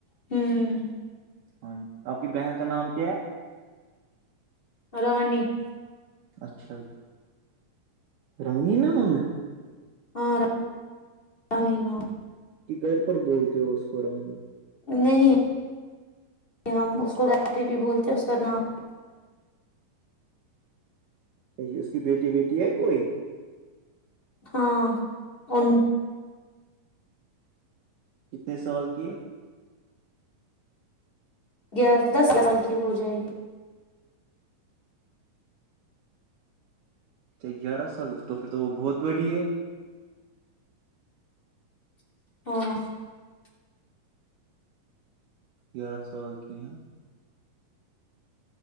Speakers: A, on the left; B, on the right.
A: ہوں
B: ہاں جی آپ کی بہن کا نام کیا ہے
A: رانی
B: اچھا جی <unintelligible> رانی ن نے
A: ہاںانی نام
B: کہ گھر پر بولتے ہو اس کو رانی
A: نہیں ہم اس کو لتے بھی بولتے ہیں اس کا نام
B: کہ ج اس کی بیٹی بیٹی ہے کوئی
A: ہاں ا
B: کتنے سال کیے
A: گیارہ دس ہزار سال کی ہو جائے گی
B: چ گیارہ سال تو پھر تو وہ بہت بڑی ہے
A: <inaudible>
B: یارہ سال کی